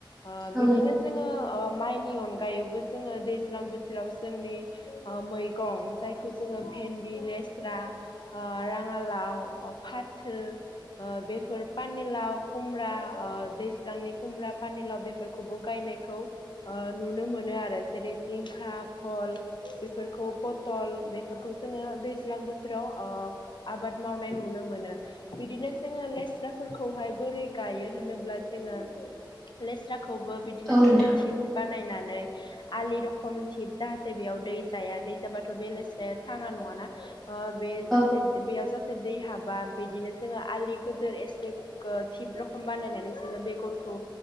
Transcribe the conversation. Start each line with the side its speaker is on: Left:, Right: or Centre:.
Left: ओ
Centre: औ
Left: बिदिनो जोंङो ओ माइनि अनगायैबो जोंङो दैज्लां बोथोराव जोंनि ओ मैगं जायखौ जोङो फेन्दि लेस्रा ओ राङालाव ओ फाथो ओ बेफोर पानिलाव खुमब्रा ओ दैज्लांनि खुमब्रा पानिलाव बे फोरखौबो गायनायखौ ओ नुनो मोनो आरो जेरै जिंखा भहल बेफोरखौ फथल बेफोरखौ जोंङो दैज्लां बोथोराव अ आबाद मावनाय नुनो मोनो। बिदिनो जोंङो लेस्राफोरखौहाय बोरै गायो होनोब्ला जोंङो लेस्रा खौबो बिदिनो
Centre: औ नोंथां
Left: जोंङो सिप बानायनानै आलि रखम थिब जाहाथे बेयाव दै जाया दै जाबाथ' बेलस्राया थाङा नङाना ओ बे जाहाथे
Centre: औ
Left: बेयाव जाहाथे दै हाबा बिदिनो जोंङो आलि गिदोर एसे थिब रखम बानायनानै जोंङो बेगरखौ